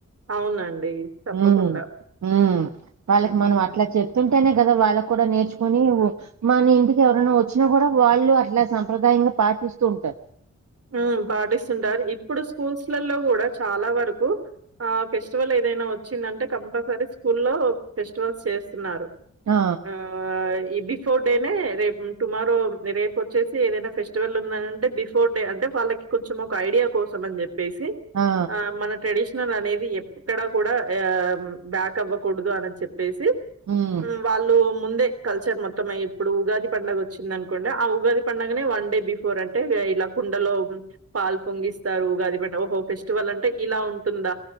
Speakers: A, on the right (about 55°); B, on the right (about 70°).
A: అవునండి. తప్పకుండా.
B: ఉ ఉ వాళ్ళకి
A: హ్మ్.
B: మనం అట్లా చెప్ప <unintelligible> కదా వాళ్ళకు కూడా నేర్చుకొని మన ఇంటికి ఎవరైనా వచ్చినా కూడా వాళ్ళు అట్లా సంప్రదాయంగా పాటిస్తూ ఉంటారు
A: ఉ పాటిస్తుంటారు ఇప్పుడు స్కూల్స్ లలో కూడ చాల వరకు ఆ ఫెస్టివల్ ఏదైనా వచ్చిందంటే కంపల్సరీ స్కూల్లో ఫెస్టివల్స్ చేస్తున్నారు
B: ఆ
A: ఆ ఈ బిఫోర్ డేనే రేపు టుమారో రేపు వచ్చేసి ఏదైనా ఫెస్ ఫెస్టివల్ ఉంది <unintelligible> బి ఫోర్ డే అ వాళ్ళకి కొంచెం ఒక ఐడియా కోసం అని చెప్పేసి
B: ఆ
A: మన ట్రెడి అనేది ఎక్కడా కూడా బ్యాక్ అవ్వకూడదు అని చెప్ ప్పేసి
B: ఉమ్
A: వాళ్ళు ముందే కల్చర్ మొత్తం ఇప్పుడు ఉగాది పండగ వచ్చింది అనుకొండి ఆ ఉగాది పండడుగనే వన్ డే బిఫోర్ అంటే ఇలా <unintelligible> పాలు పొంగిస్తారు గాది ప ఓహో ఫెస్టివల్ అంటే ఇలా ఉంటుంద